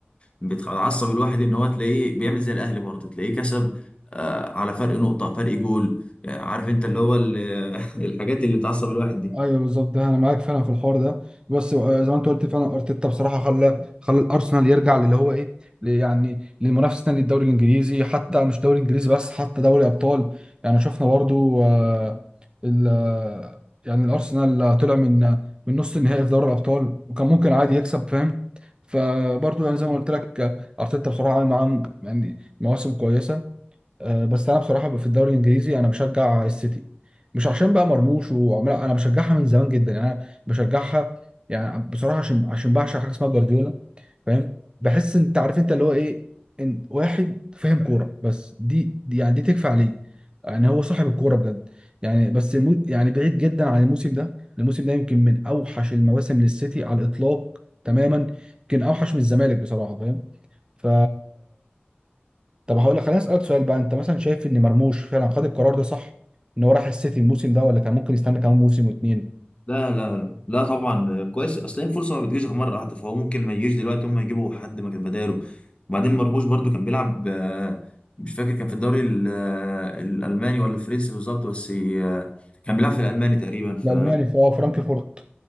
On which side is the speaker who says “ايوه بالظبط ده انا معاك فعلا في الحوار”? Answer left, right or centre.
Right